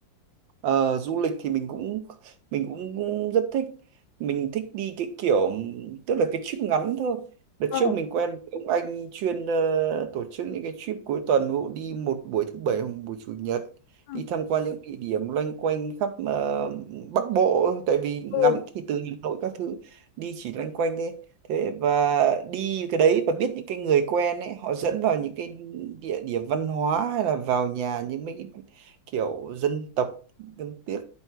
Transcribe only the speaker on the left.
Ờ.
ừ
ừ